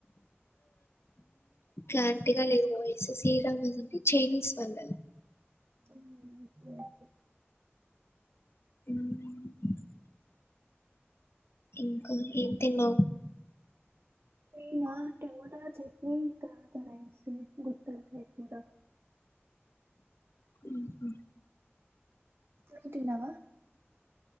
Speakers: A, on the left (about 70°); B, on the right (about 60°).
A: క్లారింటిగా లేదు వయిస్ శసి డ్రామ అంటే చైనీస్ వాళ్లవి
B: ఆ ఒకే ఒకే
A: మ్ ఇంకా ఏం తిన్నావు
B: నినా టమోటా చట్నీ తర్వాత రైస్ గుత్తి వంకాయ కూర
A: మ్ హు
B: నువ్ తిన్నవా